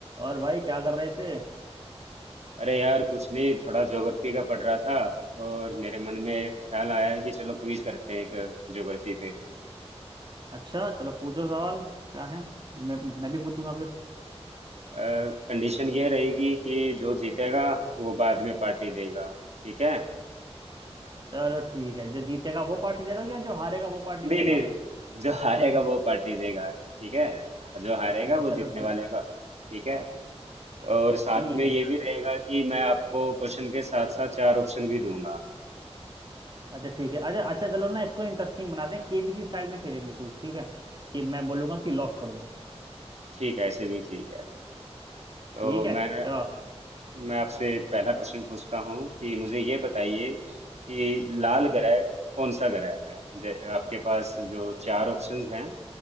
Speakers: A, on the right; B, on the right.
A: और भाई क्या कर रहे थे
B: अरे यार कुछ नहीं थोड़ा ज्योग्राफी का पढ़ रहा था और मेरे मन में ख्याल आया है कि चलो क्विज करते हैं एक ज्योग्राफी पे
A: अच्छा चलो पूछो सवाल क्या है मैं मैं भी पूछूंगा फिर
B: कंडीशन ये रहेगी कि जो जीतेगा वो बाद में पार्टी देगा ठीक है
A: चलो ठीक है जो जीतेगा वो पार्टी देगा क्या जो हारेगा वो पार्टी देगा
B: नहीं नहीं जो हारेगा वो पार्टी देगा ठीक है जो हारेगा
A: अच्छा
B: वो
A: चलो
B: जीतने
A: ठीक
B: वाले का ठीक है और साथ
A: ठीक
B: में
A: है
B: ये
A: चलो
B: भी रहेगा कि मैं आपको क्वेश्चन के साथ साथ चार ऑप्शन भी दूंगा
A: अच्छा ठीक है अच्छा अच्छा चलो ना इसको इंटरेस्टिंग बना दें केबीसी स्टाइल में खेलेंगे कुछ ठीक है कि मैं बोलूंगा कि लॉक कर दो
B: ठीक है ऐसे भी ठीक है तो
A: ठीक
B: मैं
A: है चलो
B: मैं आपसे पहला प्रश्न पूछता हूँ कि मुझे ये बताइए कि लाल ग्रह कौन सा ग्रह है जै- आपके पास जो चार ऑप्शंस हैं